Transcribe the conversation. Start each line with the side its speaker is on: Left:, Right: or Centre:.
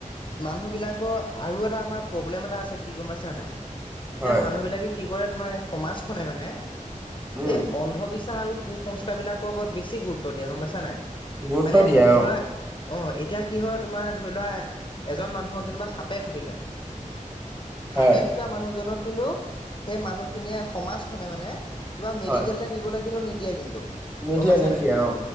Left: মানুহ বিলাকৰ আৰু এটা আমাৰ প্ৰব্লেম এটা আছে, কি গম পাইছানে নাই? এতিয়া
Right: হয়।
Left: মানুহ বিলাকে কি কৰে, তোমাৰ এই সমাজখনে মানে,
Right: উম
Left: এই অন্ধবিশ্বাস আৰু কুসংস্কাৰবিলাকৰ ওপৰত বেছি গুৰুত্ব দিয়ে গম পাইছা নাই,
Right: গুৰুত্ব
Left: মানে
Right: দিয়ে
Left: ধৰি
Right: অ।
Left: লোৱা অ', এতিয়া কি হয় তোমাৰ ধৰি লোৱা, এজন মানুহক যেনিবা সাপে খুটিলে সাপে
Right: হয়।
Left: খুটা মানুহজনক কিন্তু, সেই মানুহখিনিয়ে সমাজখনে মানে, তোমাৰ মেডিকেললে
Right: হয়।
Left: নিবলে কিন্তু নিদিয়ে কিন্তু,
Right: নিদিয়ে
Left: গম পাইছা
Right: নিদিয়ে
Left: নাই,
Right: অ।